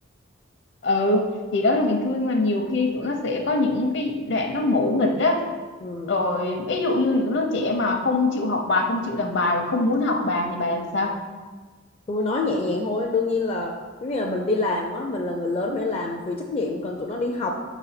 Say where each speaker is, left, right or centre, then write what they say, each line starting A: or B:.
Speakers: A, on the left; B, on the left.
A: <laughs> ừ thì đó là mình thương mà nhiều khi tụi nó sẽ có những cái đoạn nó ngỗ nghịch á
B: Ừ.
A: rồi ví dụ như những đứa trẻ mà không chịu học bài không chịu làm bài và không muốn học bài thì bà làm sao
B: Tôi nói nhẹ nhàng thôi, đương nhiên là giống như là mình đi làm á, mình là người lớn mình đi làm vì trách nhiệm, còn tụi nó đi học